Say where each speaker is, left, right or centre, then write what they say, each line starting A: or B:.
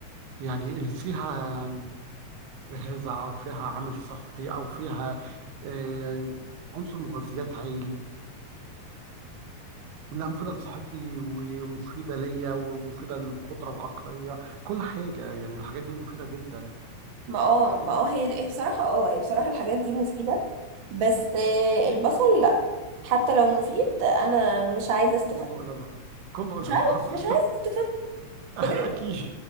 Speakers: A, on the right (about 85°); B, on the right (about 45°).
A: يعني اللي فيها غذاء او فيها عامل صحي او فيها آه، عنصر مغذيات عالي لها مفيدة لصحتي ومفيدة ليا ومفيدة للقدرة العقلية كل حاجة يعني الحاجات دي مفيدة جدا
B: ما اه ما اه هي هي بصراحة اه هي بصراحة الحاجات دي مفيدة بس آه، البصل لا حتى لو مفيد انا مش عايزه استفاد
A: كله إلا كله إلا
B: مش عايزه
A: البصل
B: مش عايزه استفاد
A: <laughs>
B: بجد
A: أكيد